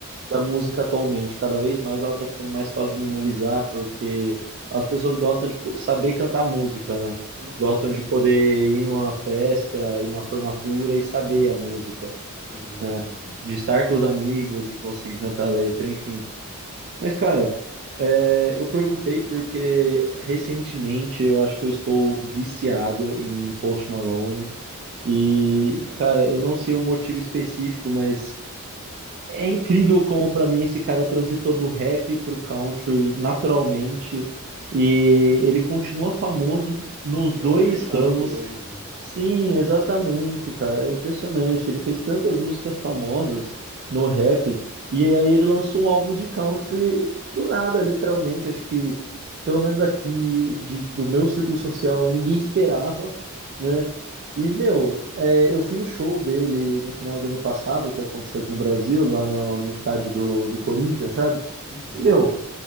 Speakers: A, on the right (about 50°); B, on the right (about 20°).
A: da música atualmente. Cada vez mais ela tá ficando mais fácil de memorizar, porque as pessoas gostam de po- saber cantar música, né?
B: Uhum,
A: Gostam de poder ir numa festa, ir numa formatura e saber a música,
B: sim,
A: né?
B: sim.
A: De estar com os amigos e conseguir cantar a letra, enfim. Mas, cara, é, eu perguntei porque recentemente eu acho que eu estou viciado em Post Malone. E, cara, eu não sei o motivo específico, mas é incrível como pra mim esse cara transitou do rap pro country naturalmente. E ele continua famoso nos
B: Conseguiu
A: dois
B: acertar
A: Uhum. ramos.
B: nos dois, né?
A: Sim, exatamente, cara. É impressionante. Ele fez tantas músicas famosas no rap, e aí ele lançou um álbum de country do nada, literalmente. Acho que, pelo menos aqui de- do meu círculo social, ninguém esperava, né? E, meu, é, eu fui no show dele no final do ano passado, que aconteceu aqui no Brasil, lá no, no estádio do, do Corinthians, sabe?
B: Uhum.
A: Meu,